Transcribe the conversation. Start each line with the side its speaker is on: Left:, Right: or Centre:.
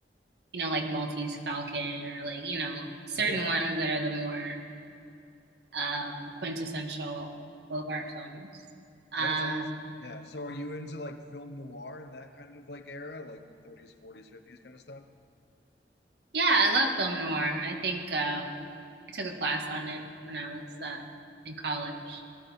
Right: you know, like Maltese Falcon or like, you know, certain
Left: Yeah.
Right: ones that are the more um quintessential Bogart films. Um
Left: That's awesome. Yeah. So are you into like film noir and that kind of like era, like the 30s, 40s, 50s kind of stuff?
Right: yeah, I love film noir. I think um I took a class on it when I was uh in college.